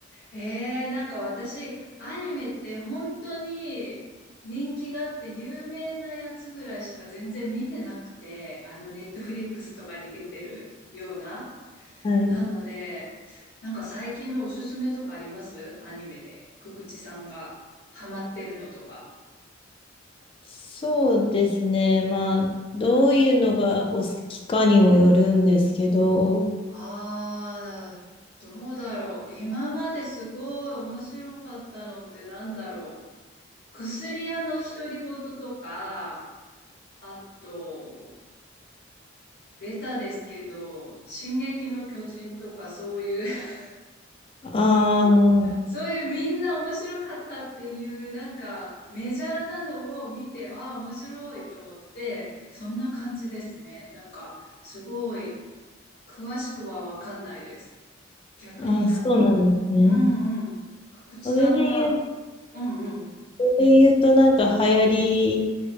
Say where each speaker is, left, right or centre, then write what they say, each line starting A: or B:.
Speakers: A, on the left (about 55°); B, on the left (about 25°).
A: えー、なんか私、アニメって本当に人気があって有名なやつぐらいしか全然見てなくて、あの、ネットフリックスとかに出てるような。
B: はい。
A: なので、なんか最近のおすすめとかありますアニメで。くくちさんがハマってるのとか。
B: そうですね。まあ、どういうのがお好きかにもよるんですけど、
A: ああ、どうだろう。今まですごい面白かったのってなんだろう。薬屋の独り言とか、あと、ベタですけど、進撃の巨人とかそういう <laughs>
B: ああ、
A: そういうみんな面白かったっていう、なんかメジャーなのを見て、ああ、面白いと思って、そんな感じですね。なんか、すごい、詳しくはわかんないです。逆になんか、
B: あ、そうなんですね。
A: うんうん、くくちさんは、
B: それで言う、
A: うんうん、
B: それで言うと、なんか流行り